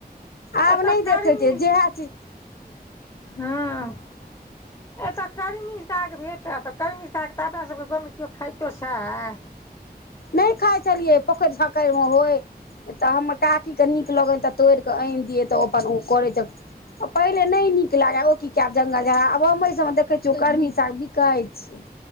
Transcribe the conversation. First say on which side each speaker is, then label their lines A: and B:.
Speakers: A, on the left (about 70°); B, on the left (about 20°).
A: आब
B: ए तऽ
A: नहि
B: करनी
A: देखै छै जएह चीज
B: हँ ए तऽ कर्मी साग भेटत तऽ कर्मी साग तऽ अपनासबके गाँवमे केओ खाइतो छैय
A: नय खाइ छलियै पोखरि झाकरि मे होइ तऽ हमर काकीके नीक लगनि तऽ तोड़ि कऽ आनि दियै तऽ ओ अपन ओ करैत छथि। पहिले नहि नीक लागे ओ की कब जंगल झगड़ा आब सभ मे देखै छिय गर्मीसँ बिकै छै अच्छा।